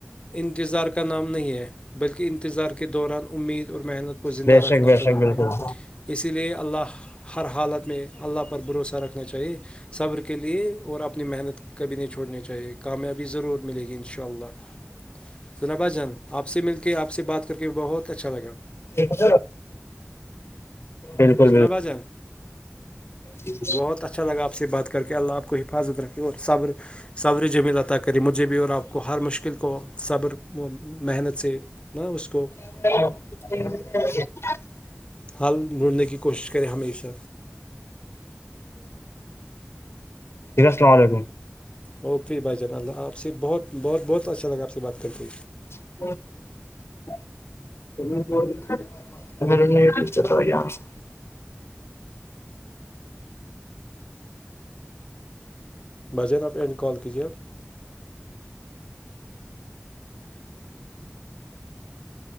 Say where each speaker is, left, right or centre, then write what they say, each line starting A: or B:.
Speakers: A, on the left; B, on the left.
A: انتظار کا نام نہیں ہے بلکہ انتظار کے دوران امید اور محنت کو زندہ
B: بے شک
A: رکھنا
B: بے
A: کا
B: شک
A: نام
B: بالکل
A: ہے اسی لیے اللہ ہر حالت میں اللہ پر بھروسہ رکھنا چاہیے صبر کے لیے اور اپنی محنت کبھی نہیں چھوڑنی چاہیے کامیاب ضرور ملے گی ان شاء اللہ تو نبا جان آپ سے مل کے آپ سے بات کر کے بہت اچھا لگا
B: بالکل بالکل
A: سنا بھاجان
B: اچ
A: بہت اچھا لگا آپ سے بات کر کے اللہ آپ کو حفاظت رکھے اور صبر سوری ج مللاتا کری مجھے بھی اور آپ کو ہر مش مشکل کو صبر وہ محنت سے نہ اس کو
B: <inaudible>
A: حل ڈھونڈنے کی کوشش کریں ہمیشہ
B: یک السلام علیکم
A: اوکے بھائی جان اللہ آپ سے بہت بہت بہت اچھا لگا آپ سے بات کر کے
B: تا
A: بھائی جان آپ اینڈ کال کیجیے آپ